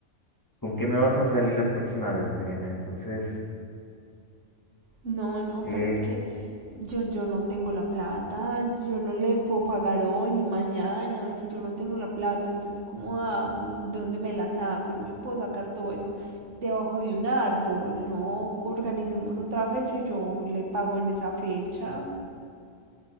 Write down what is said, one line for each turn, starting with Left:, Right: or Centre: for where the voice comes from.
Left: ¿Con qué me vas a salir la próxima vez, Mariana? Entonces,
Right: No, no,
Left: ¿qué,
Right: pero es que yo, yo no tengo la plata, yo no le puedo pagar hoy ni mañana, si yo no tengo la plata, entonces ¿cómo hago? ¿De dónde me la saco? No me puedo sacar todo eso debajo de un árbol, no, organicemos otra fecha y yo le pago en esa fecha.